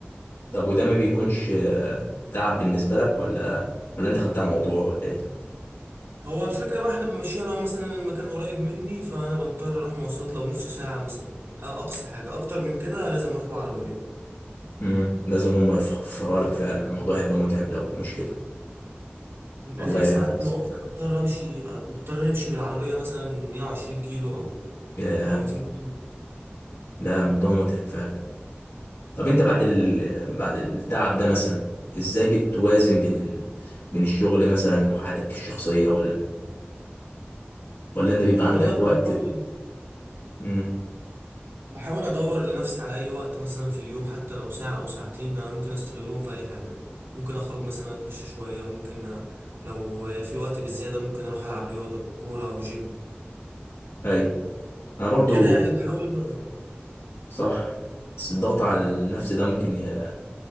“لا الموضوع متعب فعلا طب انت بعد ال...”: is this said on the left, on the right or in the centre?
Left